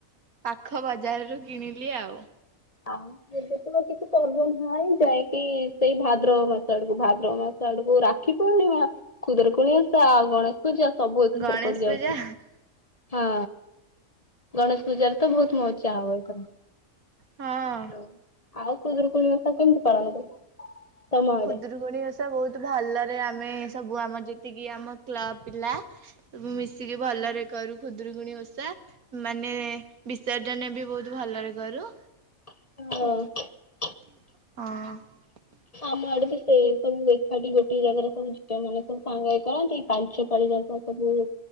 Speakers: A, on the right; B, on the left.
A: ପାଖ ବଜାରରୁୁ କିଣିଲି ଆଉ।
B: ଆଉ ଏବେ ତ ଆଉ କିଛି ପର୍ବ ନାହିଁ ଯାଇକି ସେଇ ଭାଦ୍ରବ ମାସ ଆଡକୁ ଭାଦ୍ରବ ମାସ ଆ ଡ଼କୁ ରାକ୍ଷୀ ପୁର୍ଣିମା ଖୁଦୁରୁକୁଣୀ ଓଷା ଆଉ ଗଣେଶ ପୂଜା ସବୁ ଏକାଥରେ
A: ଗଣେଶ
B: ପଡି ଯାଉଚି
A: ପୂଜା
B: ହଁ। ଗଣେଶ ପୂଜାରେ ତ ବହୁତ ମଜା ହବ ଏଥର
A: ହଁ।
B: ହଉ ଆଉ ଖୁଦୁରୁକୁଣୀ ଓଷା କେମିତି ପାଳନ କର? ତମ ଆଡେ?
A: ଖୁଦୁରୁକୁଣି ଓଷା ବହୁତ ଭଲରେ ଆମେ ସବୁ ଆମର ଯେତିକି ଆମ କ୍ଲବ ପିଲା ସବୁ ମିଶିକି ଭଲରେ କରୁ। ଖୁଦୁରୁକୁଣୀ ଓଷା ମାନେ ବିସର୍ଜନ ବି ବହୁତ ଭଲରେ କରୁ।
B: <unintelligible>
A: ହଁ।
B: ଆମ ଆଡେ ବି ସେଇ ସବୁ ଏକାଠି ଗୋଟେ ଜାଗାରେ ସବୁ ଝିଅ ମାନେ ସବୁ ସାଙ୍ଗ ହେଇ କରନ୍ତି ପାଞ୍ଚ ପାଳି ଯାଙ୍କ ହୁଁ